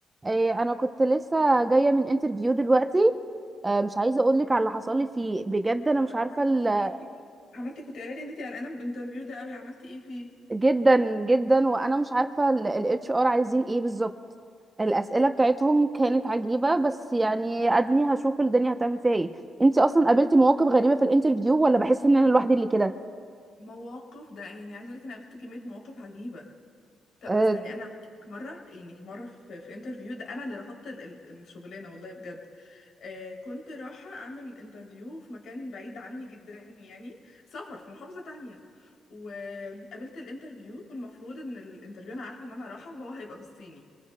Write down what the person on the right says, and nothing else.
إيه، انا كنت لسه جايه من انترفيو دلوقتي آه، مش عايزه اقول لك على اللي حصل لي فيه بجد انا مش عارفه
ال-
جدا جدا وانا مش عارفه الاتش ار عايزين ايه بالظبط الاسئله بتاعتهم كانت عجيبه بس يعني اديني هشوف الدنيا هتعمل فيها ايه انت اصلا قابلتي مواقف غريبه في الانترفيو ولا بحس ان انا لوحدي اللي كده
أه